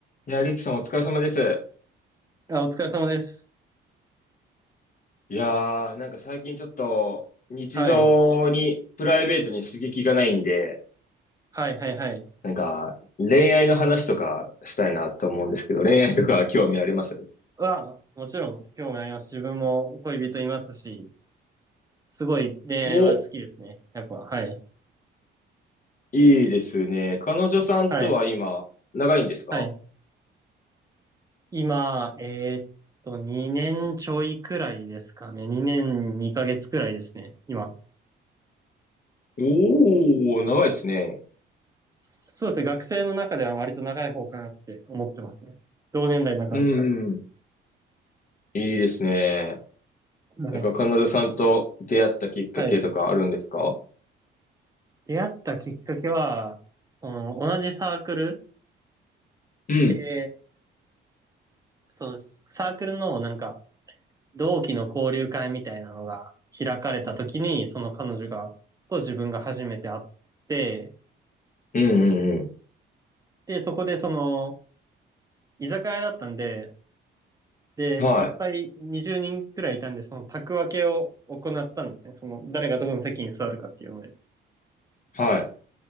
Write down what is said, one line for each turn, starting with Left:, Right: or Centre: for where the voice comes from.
Left: いや、リキさんお疲れ様です。
Right: あ、お疲れ様です。
Left: いやー、なんか最近ちょっと日常にプライベートに刺激がないんで、
Right: はい。はい、はい、はい。
Left: なんか恋愛の話とかしたいなと思うんですけど、恋愛とか興味あります
Right: は、もちろん、興味あります。自分も恋人いますし、すごい恋愛は好きですね。
Left: お、
Right: やっぱ、はい。
Left: いいですね。彼女さんとは今、
Right: はい、
Left: 長いんですか
Right: はい。今、えーっと、2年ちょいくらいですかね。2年2ヶ月くらいですね。今。
Left: おー、長いですね。
Right: そうですね。学生の中では割と長い方かなって思ってますね。同年代の中だったら。
Left: うんうん。いいですね。
Right: はい。
Left: なんか彼女さんと出会ったきっかけとかあるんですか
Right: はい。出会ったきっかけは、その、同じサークル
Left: うん。
Right: で、その、サークルのなんか、同期の交流会みたいなのが開かれた時に、その彼女が、と自分が初めて会って、
Left: うんうんう
Right: で、そこでその、居酒屋だったんで、で、
Left: ん。はい。
Right: いっぱい20人くらいいたんで、その宅分けを行ったんですね。その、誰がどこの席に座るかっていうので。
Left: はい。